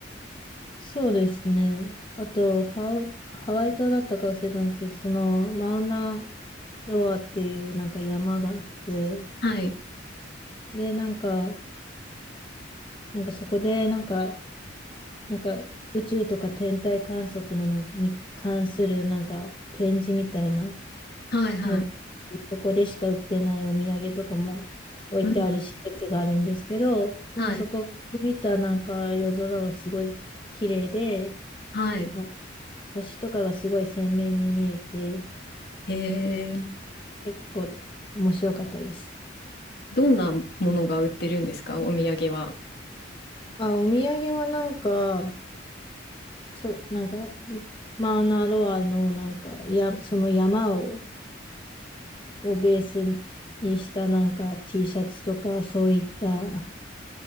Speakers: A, on the left; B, on the left.
A: そうですね。あと、ハウ、ハワイ島だったか忘れたんですけど、その、マウナロアっていうなんか山があって、
B: はい。
A: で、なんか、なんかそこで、なんか、なんか宇宙とか天体観測のなんに関するなんか展示みたいな
B: はいはい。
A: の、そこでしか売ってないお土産とかも置いてある施設があるんですけど、
B: うん。
A: まあそこ見たなんか夜空はすごい綺麗で、
B: はい。はい。
A: あ、星とかがすごい鮮明に見えて、
B: へえ。
A: 結構面白かったです。
B: どんなものが売ってるんですかお土産は。
A: あ、お土産はなんか、そう、なんか、マウナロアのなんか、や、その山を、をベースにしたなんか T シャツとかそういった